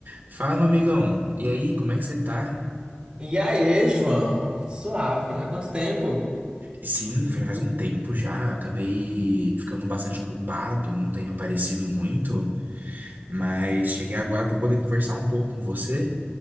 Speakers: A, on the right (about 50°); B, on the right (about 25°).
A: Fala, meu amigão. E aí, como é que você tá?
B: E aí, João? Suave. Há quanto tempo?
A: Sim, já faz um tempo já. Acabei ficando bastante ocupado, não tenho aparecido muito, mas cheguei agora para poder conversar um pouco com você.